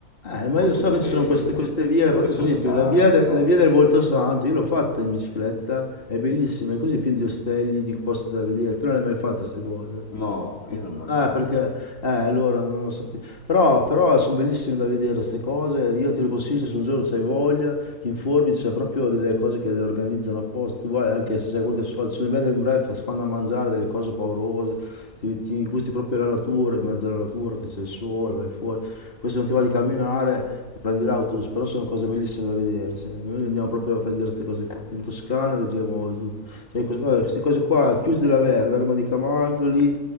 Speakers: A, on the left; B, on the left.
A: Eh,
B: i
A: ma
B: posti
A: io so
B: dove,
A: che ci sono queste, queste vie,
B: dove
A: fa- per
B: sostare,
A: esempio la via, del,
B: esatto.
A: la via del Volto Santo, io l'ho fatta in bicicletta, è bellissima, è così piena di ostelli, di posti da vedere, tu non le hai mai fatte queste cose?
B: No, io non l'ho
A: Eh,
B: mai fatto.
A: perché eh, allora non lo sapevo. Però, però sono bellissime da vedere queste cose. Io te le consiglio se un giorno hai voglia, ti informi, c'è proprio delle cose che le organizzano apposta. Tu vai anche se hai qualche soldo, sono i bed and breakfast, fanno da mangiare delle cose paurose, ti, ti gusti proprio la natura, in mezzo alla natura che c'è il sole, vai fuori. Poi se non ti va di camminare, prendi l'autobus, però sono cose bellissime da vedere. sì. Noi andiamo proprio a vedere queste cose qua. In Toscana vedremo tutto. Cioè, cos- vabbè, queste cose qua, chiusi della Verna, l'erma di Camaldo lì.